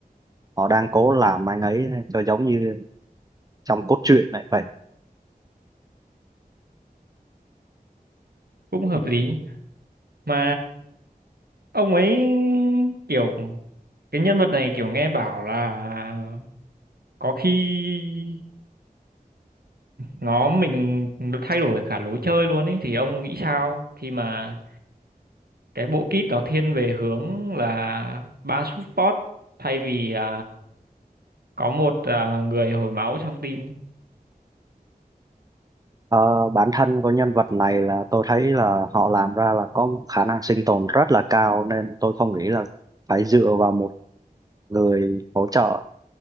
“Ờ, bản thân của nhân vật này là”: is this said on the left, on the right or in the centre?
Right